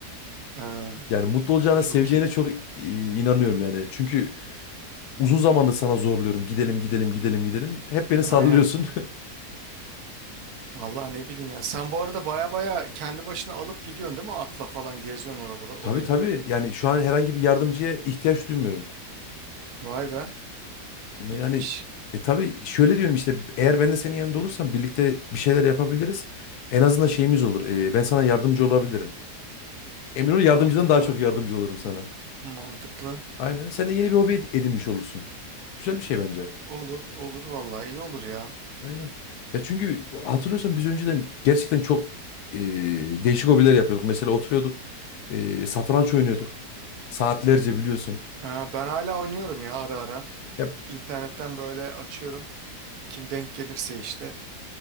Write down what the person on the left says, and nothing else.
Yani mutlu olacağına,
seveceğine
çok i- inanıyorum yani. Çünkü uzun zamandır sana zorluyorum. Gidelim, gidelim, gidelim, gidelim. Hep beni
sallıyorsun.
<laughs>
Tabii tabii.
Yani şu an herhangi bir yardımcıya ihtiyaç duymuyorum.
Yani
e tabii şöyle diyorum işte eğer ben de senin yanında olursam birlikte bir şeyler yapabiliriz. En azından şeyimiz olur. E, ben sana yardımcı olabilirim. Emin ol yardımcıdan
daha çok yardımcı olurum sana.
Aynen. Sen de yeni bir hobi ed- edinmiş olursun. Güzel bir şey bence.
Aynen. Ya çünkü hatırlıyorsan biz önceden gerçekten çok e, değişik hobiler yapıyorduk. Mesela oturuyorduk, e, satranç oynuyorduk. Saatlerce biliyorsun.
Ya